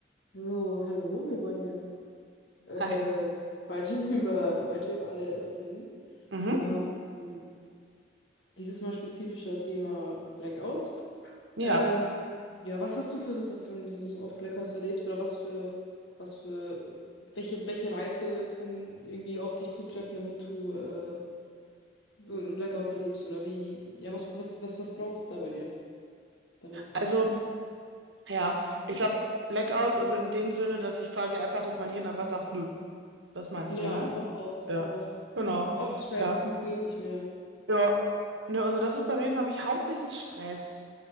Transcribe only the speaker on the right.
Hi.
Mhm.
Ja,
also ja, ich glaube Blackouts, also in dem Sinne, dass ich quasi einfach, dass mein Hirn einfach sagt, nö, das meinst
du, ne?
Ja,
genau.
Ja,
ja. Ne, also das ist bei mir, glaube ich, hauptsächlich Stress,